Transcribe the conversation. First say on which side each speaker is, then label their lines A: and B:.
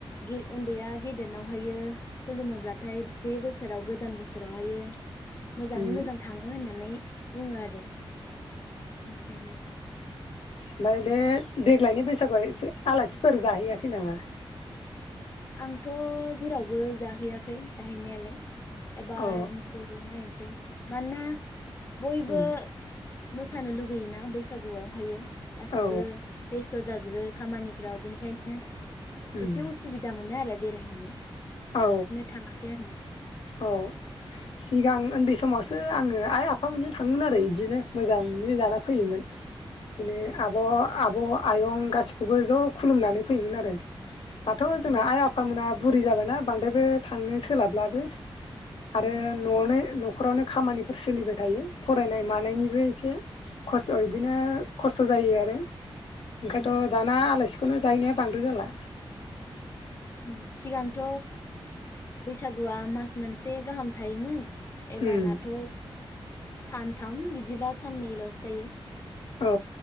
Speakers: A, on the left (about 30°); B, on the left (about 80°).
A: गे उन्दैया गेदेरनावहायो खुलुमोब्लाथाय बे बोसोराव गोदान बोसोरावहायो। मोजाङै
B: उम
A: मोजां थाङो होननाय नै बुङो आरो। <unintelligible>
B: मबाय बे देग्लायनि बैसागुआ एसे आलासिफोर जाहैयाखै नामा?
A: आंथ जेरावबो जाहैयाखै जाहैनायालाय। एबार
B: अ
A: निखौ नयन सौ मानना। बयबो।
B: उम
A: मोसानो लुगैयोना बैसागुआवहायो? गासिबो
B: औ
A: बेस थ जाजोबो खामानिफ्राव बेनिखायनो।
B: उम
A: एसे उसुबिद नो आरो बेरायहैनो।
B: औ
A: थाङाखै आङो
B: औ सिगां ओन्दै समाव सो आङो आइ आफा मोनजों थाङोमोन आरो इदिनो मोजाङै जाना फैयोमोन। दिनो
A: औ
B: आब, आब, आयं गासिखौबो ज' खुलुमनानै फैयोमोन आरो दाथ' जोंना
A: औ
B: आइ आफामोना बुरि जाबायना बांद्रायबो थांनो सोलाबलाबो आरो
A: उम
B: न'आवनो न' खरावनो खामानिफोर सोलिबाय थायो। फरायनाय मानायनिबो एसे खस्थ इदिनो खस्थ जायो आरो ओंखायथ'
A: उम
B: दाना आलाय सि खौनो जाहैनाया बांद्राय जाला।
A: उम सिगांथ बैसागुआ मास मोनसे गाहाम थायोमोन। एबारनाथ'
B: उम
A: सानथाम बिदिबा साननैल'सो थायो।
B: औ